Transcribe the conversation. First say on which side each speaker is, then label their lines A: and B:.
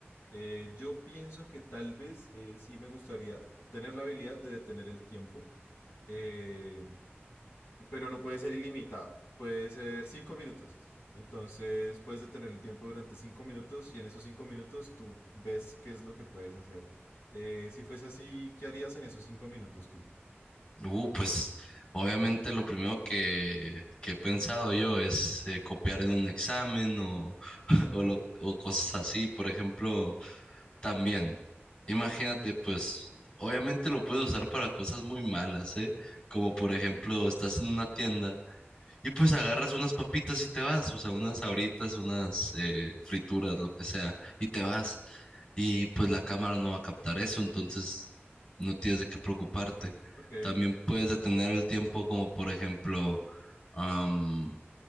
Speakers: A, on the left; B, on the left.
A: Eh, yo pienso que tal vez eh, sí me gustaría tener la habilidad de detener el tiempo, eh, pero no puede ser ilimitado. Puede ser cinco minutos. Entonces, puedes detener el tiempo durante cinco minutos y en esos cinco minutos tú ves qué es lo que puedes hacer. Eh, si fuese así, ¿qué harías en esos cinco minutos tú?
B: Uh, pues obviamente lo primero que, que he pensado yo es eh, copiar en un examen o, <laughs> o, lo- o cosas así. Por ejemplo, También, imagínate, pues obviamente lo puedes usar para cosas muy malas, ¿eh? Como por ejemplo, estás en una tienda y pues agarras unas papitas y te vas, o sea, unas sabritas, unas eh, frituras, lo que sea, y te vas. Y pues la cámara no va a captar eso, entonces no tienes de qué preocuparte.
A: Ok,
B: También puedes detener el tiempo como por ejemplo, am,